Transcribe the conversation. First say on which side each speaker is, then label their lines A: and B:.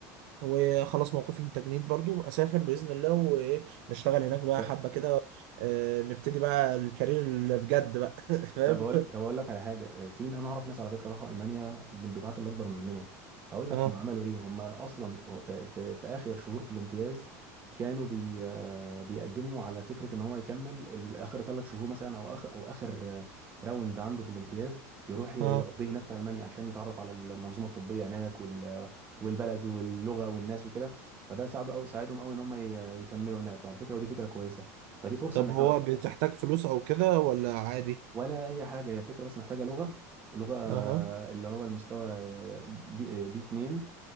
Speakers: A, on the right (about 55°); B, on the right (about 20°).
A: وخلاص موقفي من التجنيد برضو اسافر باذن الله وايه نشتغل هناك بقى
B: طب
A: حبه كده آه، نبتدي بقى الكارير اللي بجد بقى <laughs> فاهم
B: طب اقول طب اقول لك على حاجه آه، في انا اعرف ناس على فكره راحوا المانيا من الدفعات اللي اكبر مننا هقول لك
A: اه
B: هم عملوا ايه هم اصلا في, في, في اخر شهور في الامتياز كانوا بي آه، بيقدموا على فكره ان هو يكمل ال- اخر ثلاث شهور مثلا او اخر او اخر آه، راوند عنده في الامتياز يروح يقضيه
A: اه
B: هناك في المانيا عشان يتعرف على المنظومه الطبيه هناك وال والبلد واللغه والناس وكده فده ساعده أو ساعدهم قوي ان هم ي- يكملوا هناك وعلى فكره ودي فكره كويسه فدي فرصه
A: طب
B: ان احنا
A: هو بتحتاج فلوس او كده ولا عادي
B: ولا اي حاجه هي فكره بس محتاجه لغه اللغه
A: اها
B: اللي هو المستوى آه، بي آه، بي 2